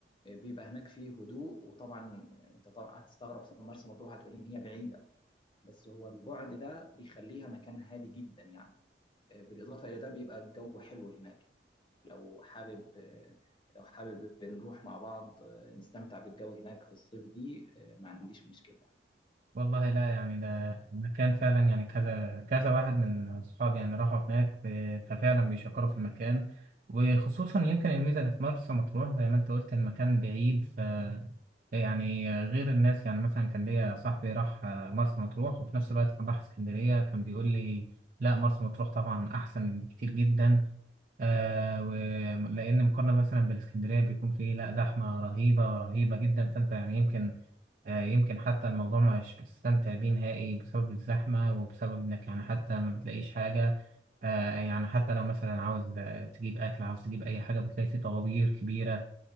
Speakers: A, on the left (about 30°); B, on the right (about 50°).
A: آه، بيبقى هناك فيه هدوء وطبعا آه، انت طبعا هتستغرب في مرسى مطروح هتقول ان هي بعيده بس هو البعد ده بيخليها مكان هادي جدا يعني بالاضافه الى ده بيبقى الجو حلو هناك لو حابب لو حابب نروح مع بعض نستمتع بالجو هناك في الصيف دي ما عنديش مشكله
B: والله لا يعني ده مكان فعلا يعني كذا كذا واحد من أصحابي يعني راحوا هناك ف- ففعلا بيشكروا في المكان وخصوصا يمكن الميزة اللي في مرسى مطروح زي ما أنت قلت المكان بعيد ف يعني غير الناس يعني مثلا كان ليا صاحبي راح مرسى مطروح وفي نفس الوقت كان راح اسكندرية كان بيقول لي لا مرسى مطروح طبعا أحسن بكتير جدا آه ولأن مقارنة مثلا بالإسكندرية بيكون فيه لا زحمة رهيبة رهيبة جدا فأنت يعني يمكن آه يمكن حتى الموضوع مش بتستمتع بيه نهائي بسبب الزحمة وبسبب إنك يعني حتى ما بتلاقيش حاجة آه يعني حتى لو مثلا عاوز آه، تجيب أكل عاوز تجيب أي حاجة بتلاقي فيه طوابير كبيرة